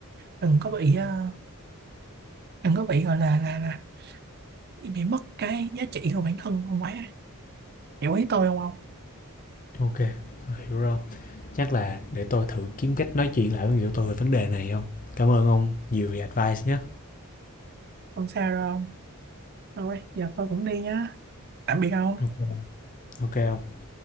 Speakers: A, on the right; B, on the left.
A: đừng có bị ờ, đừng có bị gọi là là là bị bị mất cái giá trị của bản thân không quá hiểu ý tôi không không
B: ok tôi hiểu rồi chắc là để tôi thử kiếm cách nói chuyện lại với người yêu tôi về vấn đề này không cảm ơn ông nhiều vì advice nhé
A: không sao đâu không thôi giờ tôi cũng đi nhá tạm biệt ông
B: ok ok không